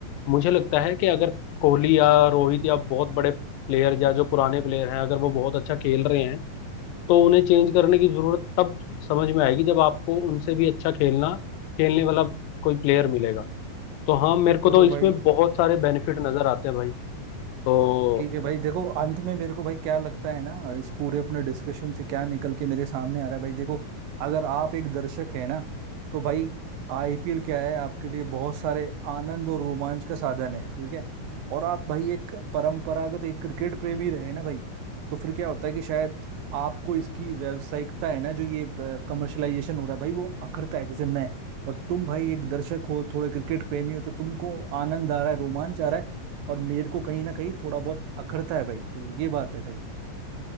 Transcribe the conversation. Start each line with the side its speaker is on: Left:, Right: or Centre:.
Left: मुझे लगता है कि अगर कोहली या रोहित या बहुत बड़े प्लेयर या जो पुराने प्लेयर हैं अगर वो बहुत अच्छा खेल रहे हैं तो उन्हें चेंज करने की जरूरत तब समझ में आएगी जब आपको उनसे भी अच्छा खेलना खेलने वाला कोई प्लेयर मिलेगा तो हाँ मेरे को
Right: चलो
Left: तो इसमें
Right: भाई
Left: बहुत सारे बेनिफिट नजर आते हैं भाई तो
Right: ठीक है भाई देखो अंत में मेरे को भाई क्या लगता है ना इस पूरे अपने डिस्कशन से क्या निकल के मेरे सामने आ रहा है भाई देखो अगर आप एक दर्शक है ना तो भाई आईपीएल क्या है आपके लिए बहुत सारे आनंद और रोमांच का साधन है ठीक है और आप भाई एक परंपरागत एक क्रिकेट प्रेमी रहे ना भाई तो फिर क्या होता है कि शायद आपको इसकी व्यावसायिकता है ना जो ये कमर्शलाइजेशन हो रहा है भाई वो अखरता है जैसे मैं और तुम भाई एक दर्शक हो थोड़े क्रिकेट प्रेमी हो तो तुमको आनंद आ रहा है रोमांच आ रहा है और मेरे को कहीं ना कहीं थोड़ा बहुत अखरता है भाई तो ये बात है भाई